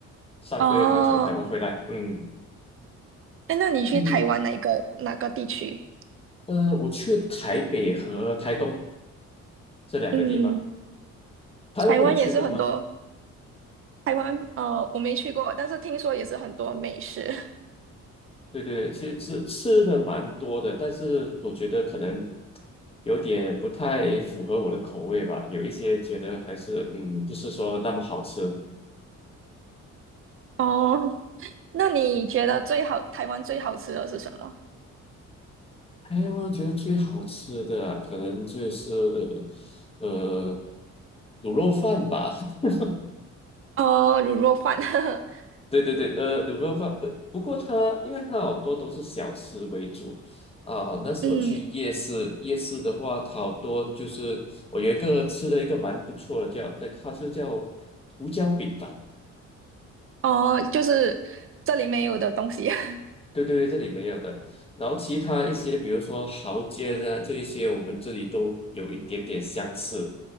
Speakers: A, on the left; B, on the right.
A: 上个月刚从台湾回来，
B: 哦，
A: 嗯
B: 哎，那你去台湾哪一个哪个地区？
A: 嗯呃，我去台北和台东这两个地方，
B: 嗯，
A: 台湾你有去过吗？
B: 台湾也是很多。台湾，呃，我没去过，但是听说也是很多美食。<laughs>
A: 对对，其实吃吃的蛮多的，但是我觉得可能有点不太符合我的口味吧。有一些觉得还是嗯，不是说那么好吃。
B: 哦，那你觉得最好，台湾最好吃的是什么？
A: 哎，我觉得最好吃的啊可能就是呃卤肉饭吧。<laughs>
B: 哦，卤肉饭。<laughs>
A: 对对对，呃，卤肉饭，呃，不过它因为它好多都是小吃为主啊、那时我去夜市，
B: 嗯，
A: 夜市的话，它好多就是我有一个吃了一个蛮不错的叫，那它是叫胡椒饼吧？
B: 哦，就是这里没有的东西。<laughs>
A: 对对对，这里没有的。然后其他一些，比如说蚝煎啊，这一些我们这里都有一点点相似，